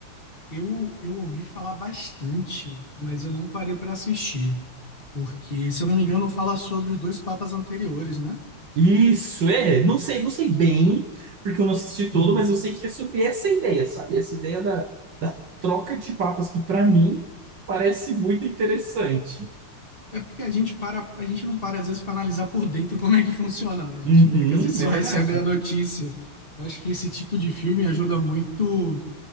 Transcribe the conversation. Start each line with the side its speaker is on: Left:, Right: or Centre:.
Left: Eu, eu ouvi falar bastante, mas eu não parei para assistir. Porque, se eu não me engano, fala sobre os dois papas anteriores, né?
Right: Isso, é, não sei, não sei bem, porque eu não assisti todo,
Left: Uhum.
Right: mas eu sei que é sobre essa ideia, sabe? Essa ideia da, da troca de papas, que pra mim parece muito interessante.
Left: É porque a gente para, a gente não para às vezes para analisar por dentro como é que funciona, né? A gente
Right: Uhum,
Left: meio que às vezes só
Right: é
Left: recebe
Right: verdade.
Left: a notícia. Eu acho que esse tipo de filme ajuda muito